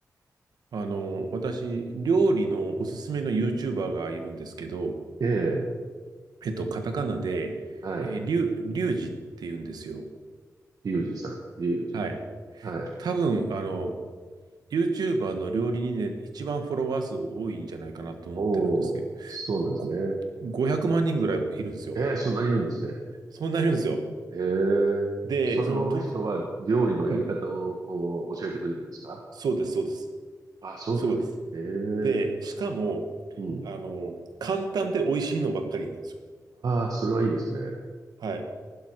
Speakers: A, on the right; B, on the right.
A: あの、私、料理のおすすめの YouTuber がいるんですけど、
B: ええ、
A: えっと、カタカナで、
B: はい。
A: えー、リュ、リュウジって言うんですよ。
B: リュウジさん、リュウジ。
A: はい。
B: はい。
A: 多分、あの、YouTuber の料理人で一番フォロワー数多いんじゃないかなと思ってるんですけど、
B: おお、そうなんですね。
A: ご、500万人ぐらいいるんですよ。
B: ええ、そんなにいるんですね。
A: そんないるんですよ。
B: ええ、
A: で、
B: それを人は料理のやり方をお教えてくれるんですか
A: その、とく、うん、そうです、そうです。
B: あ、そうなんだ。
A: そうです。
B: ええ、
A: で、しかも、
B: うん。
A: あの、簡単で美味しいのばっかりなんですよ。
B: ああ、それはいいですね。
A: はい。